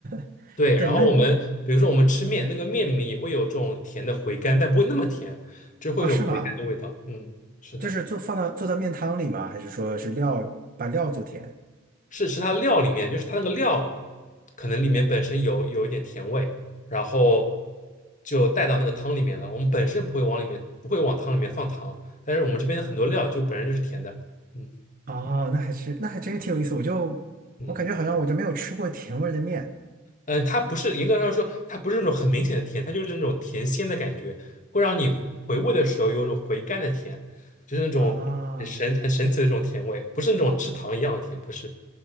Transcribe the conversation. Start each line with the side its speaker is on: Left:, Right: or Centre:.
Right: <laughs>
Left: 对，
Right: 对，
Left: 然后我们比如说我们吃面，
Right: 那你
Left: 那个面里面也会有这种甜的回甘，但不会那么甜，就是会有一种回甘的味道，
Right: 啊是吗？
Left: 嗯，是的。
Right: 就是做放到做到面汤里吗？还是说是料把料做甜？
Left: 是是它料里面，就是它那个料可能里面本身有有一点甜味，然后就带到那个汤里面了。我们本身不会往里面不会往汤里面放糖，但是我们这边的很多料就本身就是甜的。嗯
Right: 哦，那还是那还真是挺有意思。我就我感觉好像我就没有吃过甜味儿的面
Left: 嗯嗯，它不是严格上说，它不是那种很明显的甜，它就是那种甜鲜的感觉，会让你回味的时候有一种回甘的甜，就是那种很神很神奇的一种甜味，
Right: 啊。
Left: 不是那种吃糖一样的甜，不是。